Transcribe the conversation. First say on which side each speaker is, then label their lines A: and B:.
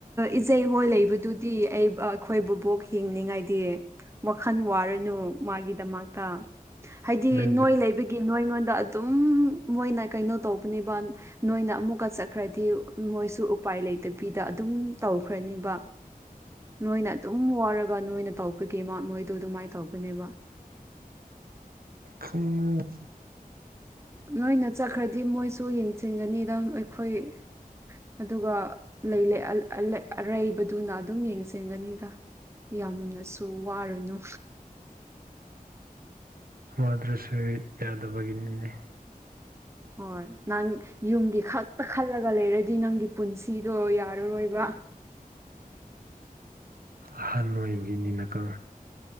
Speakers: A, on the right; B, on the right.
A: ꯏꯖꯩꯍꯣꯏ ꯂꯩꯕꯗꯨꯗꯤ ꯑꯩ ꯑꯩꯈꯣꯏꯕꯨꯕꯣꯛ ꯍꯤꯡꯅꯤꯉꯥꯏꯗꯤ ꯋꯥꯈꯜ ꯋꯥꯔꯅꯨ ꯃꯥꯒꯤꯗꯃꯛꯇ ꯍꯥꯏꯗꯤ
B: ꯂꯩꯗ
A: ꯅꯣꯏ ꯂꯩꯕꯒꯤ ꯅꯣꯏꯉꯣꯟꯗ ꯑꯗꯨꯝ ꯃꯣꯏꯅ ꯀꯩꯅꯣ ꯇꯧꯕꯅꯦꯕ ꯅꯣꯏꯅ ꯑꯃꯨꯛꯀ ꯆ ꯈ꯭ꯔꯗꯤ ꯃꯣꯏꯁꯨ ꯎꯄꯥꯏ ꯂꯩꯇꯕꯤꯗ ꯑꯗꯨꯝ ꯇꯧꯈ꯭ꯔꯅꯦꯕ ꯅꯣꯏꯅ ꯑꯗꯨꯝ ꯋꯥꯔꯒ ꯅꯣꯏꯅ ꯇꯧꯕꯒꯤ ꯃꯥ ꯃꯣꯏꯗꯨ ꯑꯗꯨꯃꯥꯏ ꯇꯧꯕꯅꯦꯕ
B: ꯊꯨꯡꯉꯦ
A: ꯅꯣꯏꯅ ꯆꯠꯈ꯭ꯔꯗꯤ ꯃꯣꯏꯁꯨ ꯌꯦꯡꯁꯤꯟꯒꯅꯤꯗ ꯑꯩꯈꯣꯏ ꯑꯗꯨꯒ ꯂꯩꯂꯩ ꯑꯜ ꯑꯜꯂꯩ ꯑꯔꯩꯕꯗꯨꯅ ꯑꯗꯨꯝ ꯌꯦꯡꯁꯤꯟꯒꯅꯤꯗ ꯌꯥꯝꯅꯁꯨ ꯋꯥꯔꯨꯅꯨ
B: ꯋꯥꯗ꯭ꯔꯁꯨ ꯌꯥꯗꯕꯒꯤꯅꯤꯅꯦ
A: ꯍꯣꯏ ꯅꯪ ꯌꯨꯝꯒꯤ ꯈꯛꯇ ꯈꯜꯂꯒ ꯂꯩꯔꯗꯤ ꯅꯪꯒꯤ ꯄꯨꯟꯁꯤꯗꯣ ꯌꯥꯔꯔꯣꯏꯕ
B: ꯑꯍꯟꯕ ꯑꯣꯏꯕꯒꯤꯅꯤꯅꯥꯀꯣ